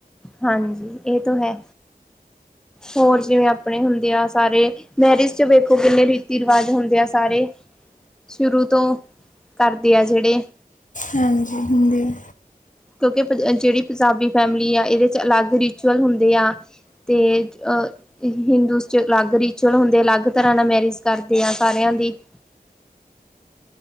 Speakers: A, in the centre; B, on the left.
A: ਹਾਂਜੀ ਇਹ ਤੋਂ ਹੈ ਹੋਰ ਜਿਵੇਂ ਆਪਣੇ ਹੁੰਦੇ ਆ ਸਾਰੇ ਮੈਰਿਜ ਚ ਵੇਖੋ ਕਿੰਨੇ ਰੀਤੀ ਰਿਵਾਜ਼ ਹੁੰਦੇ ਆ ਸਾਰੇ ਸ਼ੁਰੂ ਤੋਂ ਕਰਦੇ ਆ ਜਿਹੜੇ
B: ਹਾਂਜੀ ਹੁੰਦੇ ਆ।
A: ਕਿਉਂਕਿ ਜਿਹੜੀ ਪੰਜਾਬੀ ਫੈਮਿਲੀ ਆ ਇਹਦੇ ਚ ਅਲੱਗ ਰਿਚੁਲ ਹੁੰਦੇ ਆ ਤੇ ਅਹ ਹਿੰਦੂਸ ਚ ਅਲੱਗ ਰਿਚੁਅਲ ਹੁੰਦੇ ਅਲੱਗ ਤਰ੍ਹਾਂ ਨਾਲ ਮੈਰਿਜ ਕਰਦੇ ਆ ਸਾਰਿਆਂ ਦੀ <inaudible>